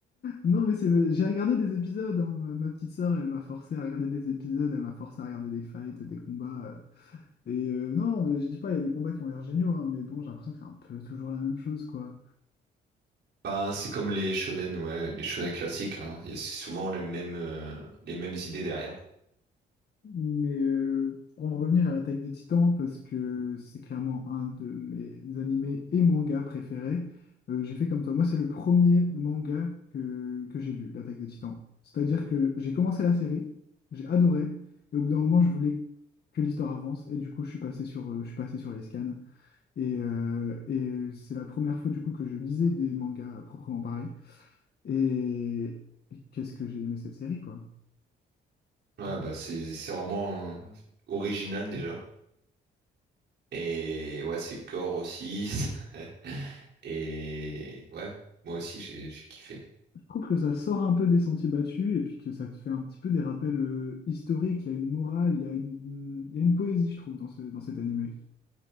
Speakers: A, on the left; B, on the right.
A: Non, mais c'est... j'ai regardé des épisodes. hein. Ma petite sœur, elle m'a forcé à regarder des épisodes, elle m'a forcé à regarder des fights, des combats. euh. Et euh, non, je dis pas, il y a des combats qui ont l'air géniaux, hein, mais bon, j'ai l'impression que c'est un peu toujours la même chose, quoi.
B: Ben, c'est comme les shonen, ouais, les shonen classiques, hein. Il y a souvent les mêmes, euh, les mêmes idées derrière.
A: Mais euh, pour en revenir à l'attaque des Titans, parce que c'est clairement un de mes animés et mangas préférés, euh, j'ai fait comme toi. Moi, c'est le premier manga que, que j'ai lu, l'attaque des Titans. C'est-à-dire que j'ai commencé la série, j'ai adoré, et au bout d'un moment, je voulais que l'histoire avance, et du coup, je suis passé sur, euh, je suis passé sur les scans. Et, euh, et c'est la première fois, du coup, que je lisais des mangas à proprement parler. Et, et qu'est-ce que j'ai aimé cette série, quoi.
B: Ouais, bah, c'est, c'est vraiment euh, original déjà. Et ouais, c'est gore aussi. <laughs> Et ouais, moi aussi, j'ai, j'ai kiffé.
A: Je trouve que ça sort un peu des sentiers battus et puis que ça te fait un petit peu des rappels euh, historiques. Il y a une morale, il y a une, une- il y a une poésie, je trouve, dans ce, dans cet animé.